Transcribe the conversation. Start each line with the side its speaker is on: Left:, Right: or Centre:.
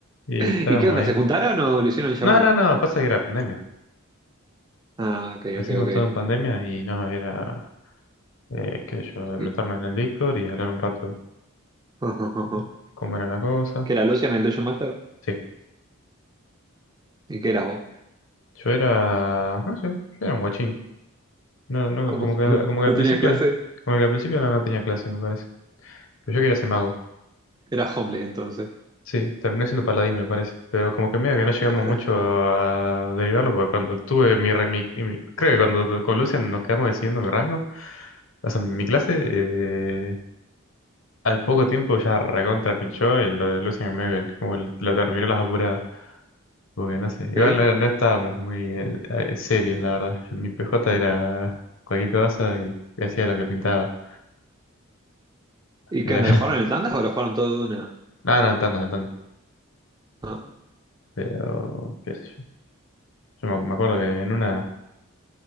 Left: y
Right: ¿Y
Left: estábamos
Right: qué onda?
Left: ahí.
Right: ¿Se juntaron o lo hicieron en llamada?
Left: No, no, no, pasa que era pandemia.
Right: Ah, ok,
Left: Lo
Right: ok,
Left: hicimos
Right: ok.
Left: todo en pandemia y no, era... Eh, qué sé yo,
Right: Y-
Left: meternos en el Discord y hablar un rato
Right: <laughs>
Left: mm, cómo era la cosa.
Right: ¿Qué era Lucian el Dojo Master?
Left: Sí.
Right: ¿Y qué eras vos?
Left: Yo era, no sé, yo era un guachín. No, no,
Right: ¿Cómo?
Left: como que,
Right: <laughs>
Left: como que
Right: ¿No
Left: al principio,
Right: tenías clase?
Left: como que al principio no, no tenía clase, me parece. Pero yo quería ser mago.
Right: Eras homeless entonces.
Left: Sí, terminé siendo paladín, me parece. Pero como que medio que no llegamos
Right: <laughs>
Left: mucho a derivarlo, porque cuando tuve mi, re- mi, mi- creo que cuando tu- con Lucian nos quedamos decidiendo mi rango, o sea, mi clase, eh, al poco tiempo ya recontra pinchó y lo de Lucian medio que como que lo, terminó las apuradas. Muy bien, no sé. Igual
Right: ¿Eh?
Left: no, no estábamos muy eh, eh, serios, la verdad. Mi PJ era cualquier cosa y hacía lo que pintaba.
Right: ¿Y
Left: Era...
Right: qué onda? ¿Lo jugaron
Left: <laughs>
Right: en tandas o lo jugaron todo de una?
Left: No, no, en tandas, en tandas.
Right: Ah,
Left: Pero, qué sé yo. Yo me, me acuerdo que en una...